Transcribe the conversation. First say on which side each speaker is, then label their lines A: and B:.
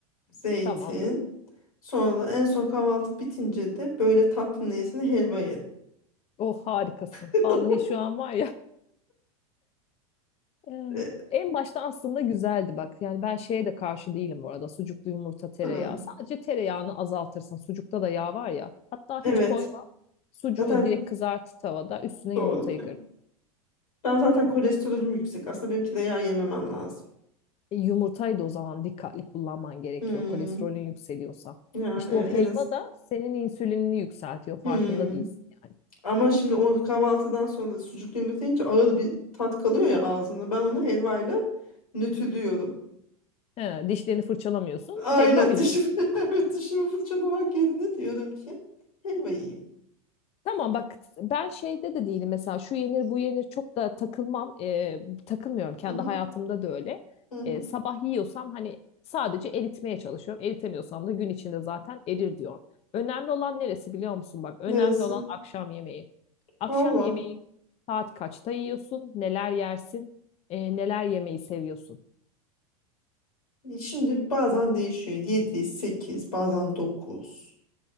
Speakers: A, on the left (about 85°); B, on the left (about 35°).
A: zeytin.
B: Tamam.
A: Sonra da en son kahvaltı bitince de böyle tatlı niyetine helva yedim.
B: Oh harikasın.
A: <laughs>
B: Vallahi şu an var ya. <laughs> e,
A: E,
B: En başta aslında güzeldi bak. Yani ben şeye de karşı değilim bu arada. Sucuklu yumurta, tereyağı.
A: hmm,
B: Sadece tereyağını azaltırsın. Sucukta da yağ var ya. Hatta
A: Evet.
B: hiç koyma. Sucuğu
A: Zaten
B: direkt kızart tavada. Üstüne
A: doğru
B: yumurtayı
A: diyor.
B: kır.
A: Ben zaten kolesterolüm yüksek. Aslında benim tereyağı yememem lazım.
B: E, Yumurtayı da o zaman dikkatli kullanman gerekiyor
A: Hmm,
B: kolesterolün yükseliyorsa.
A: Yani
B: İşte
A: evet,
B: o helva
A: en az.
B: da senin insülinini yükseltiyor
A: Hmm.
B: farkında değilsin yani.
A: Ama şimdi o kahvaltıdan sonra sucuklu yumurta yiyince ağır bir tat kalıyor ya ağzında. Ben onu helvayla nötrlüyorum.
B: He, dişlerini fırçalamıyorsun
A: Aynen
B: <laughs> helva mı yiyorsun?
A: dişimi, <laughs> evet, dişimi fırçalamak yerine diyorum ki helva yiyeyim.
B: Tamam bak ben şeyde de değilim mesela şu yenir bu yenir çok da takılmam Ee, takılmıyorum kendi
A: Hı hı,
B: hayatımda da öyle.
A: hı hı.
B: Ee, sabah yiyorsam hani sadece eritmeye çalışıyorum. Eritemiyorsam da gün içinde zaten erir diyorum. Önemli olan neresi biliyor musun bak önemli
A: Neresi?
B: olan akşam yemeği. Akşam
A: Valla
B: yemeği saat kaçta yiyorsun, neler yersin, e, neler yemeyi seviyorsun.
A: şimdi bazen değişiyor. yedi sekiz bazen dokuz